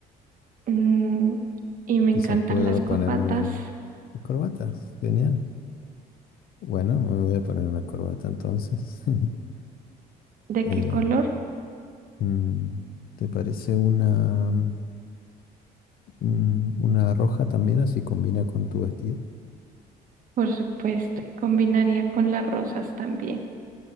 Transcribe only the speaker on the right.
mm, y me
encantan
las corbatas.
¿De
qué color?
Por supuesto, combinaría con las rosas también.